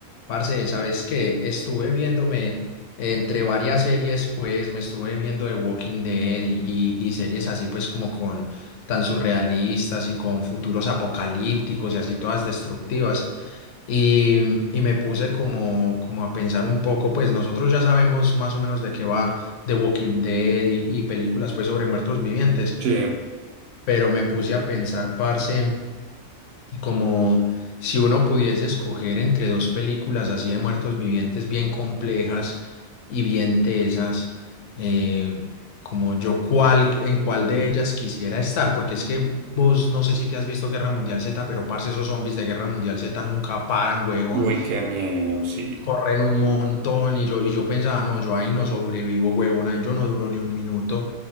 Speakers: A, on the left (about 70°); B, on the right (about 65°).
A: Parce, ¿sabes qué? Estuve viéndome entre varias series, pues me estuve viendo The Walking Dead y, y- y series así, pues como con tan surrealistas y con futuros apocalípticos y así todas destructivas. Y, y me puse como, como a pensar un poco, pues nosotros ya sabemos más o menos de qué va The Walking Dead y, y películas pues sobre muertos vivientes,
B: Sí,
A: pero me puse a pensar, parce como si uno pudiese escoger entre dos películas así de muertos vivientes bien complejas y bien tesas, eh, como yo cuál, en cuál de ellas quisiera estar, porque es que vos no sé si te has visto Guerra Mundial Z, pero parce, esos zombies de Guerra Mundial Z nunca paran, huevón
B: uy, qué miedo, sí.
A: corren un montón y yo, y yo pensaba, no, yo ahí no sobrevivo, huevón, ahí yo no duro ni un minuto.